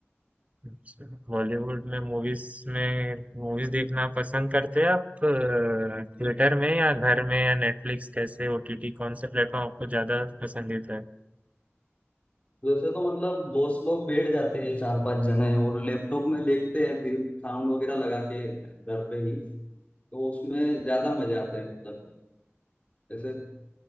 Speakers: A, on the right; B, on the left.
A: अच्छा, बॉलीवुड में मूवीज में मूवीज देखना पसंद करते हैं आप थिएटर में या घर में या नेटफ्लिक्स कैसे ओटीटी कौन से प्लेटफॉर्म आपको ज्यादा पसंदीदा है
B: वैसे तो मतलब दोस्त लोग बैठ जाते हैं चार पांच जने और लैपटॉप में देखते हैं फिर साउंड वगैरह लगा के घर पे ही तो उसमें ज्यादा मजे आते हैं मतलब जैसे